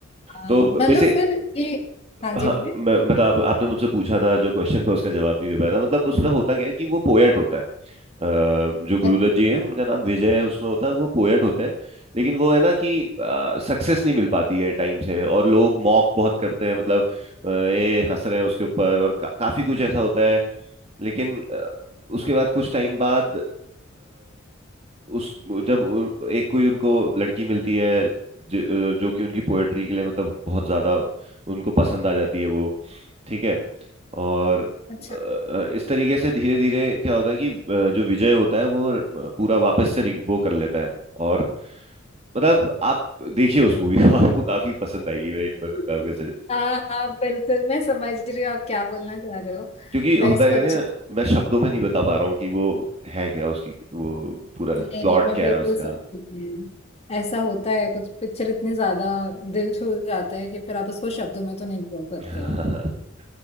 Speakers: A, on the left (about 30°); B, on the right (about 30°).
A: हाँ,
B: तो
A: मतलब
B: वैसे
A: फिर ये हाँ
B: हाँ
A: जी बोलिए
B: मैं मतलब आप, आपने मुझसे पूछा था जो क्वेश्चन था उसका जवाब नहीं दे पाया था मतलब उसमें होता क्या है कि वो पोएट होता है अ, जो गुरुदत्त
A: अच्छा
B: जी है उनका नाम विजय है उसमें होता है और वो पोएट होते हैं लेकिन वो है ना कि सक्सेस नहीं मिल पाती है टाइम से और लोग मॉक बहुत करते हैं मतलब अ, ये हंस रहे हैं उसके ऊपर और का, काफी कुछ ऐसा होता है लेकिन अ, उसके बाद कुछ टाइम बाद अ, उस जब उन- एक कोई उनको लड़की मिलती है ज, अ, जो कि उनकी पोएट्री के लिए मतलब बहुत ज्यादा उनको पसंद आ जाती है वो ठीक है और
A: अच्छा
B: अ, इस तरीके से धीरे धीरे क्या होता है कि अ, जो विजय होता है वो अ, पूरा वापस से रि- वो कर लेता है और मतलब आप देखिए उस मूवी को आपको काफी पसंद आएगी मैं ये बताऊंगा
A: <laughs> हाँ हाँ बिल्कुल मैं समझ रही हूँ आप क्या बोलना चाह रहे हो
B: क्योंकि
A: मैं
B: होता
A: इसको
B: है
A: अच्छे
B: ना
A: से-
B: मैं शब्दों में नहीं बता पा रहा हूँ कि वो है क्या उसकी वो पूरा
A: नहीं
B: प्लॉट
A: नहीं मैं
B: क्या
A: बिल्कुल
B: है उसका
A: समझ रही हूँ ऐसा होता है कुछ पिक्चर इतनी ज्यादा दिल छू जाता है कि फिर आप उसको शब्दों में तो नहीं बोल सकते
B: <laughs>
A: हो